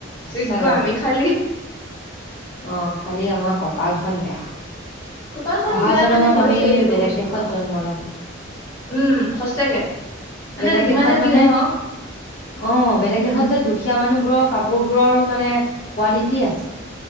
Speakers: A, on the left; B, on the left.
A: সঁচাকে
B: যোগ্য আমি খালি
A: অ খালি আমাৰ কপালখন বেয়া।
B: কপালখন
A: অহা
B: বেয়া
A: জনমত
B: মানে হৈছে
A: আমি
B: সেইটো
A: বেলেগ
B: বস্তু
A: দেশত
B: আৰু
A: জন্ম ল'ম
B: উম সচাকে মানে
A: বেলেগ
B: যিমানে
A: দেশত মানে
B: যি নহওক।
A: অ'! বেলেগ
B: উম
A: দেশত যে দু খীয়া মানুহবোৰৰ কাপোৰবোৰৰো মানে, কোৱালিটি আছে।